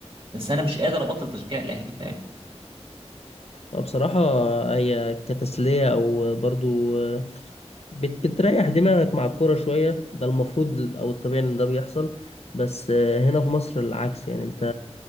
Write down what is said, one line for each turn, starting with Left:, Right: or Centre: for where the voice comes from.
Right: بس انا مش قادر ابطل تشجيع الاهلي فاهم
Left: هو بصراحة هي كتسلية او برضو بت بتريح دماغك مع الكورة شوية ده المفروض ال- او الطبيعي ان ده بيحصل بس هنا في مصر العكس يعني انت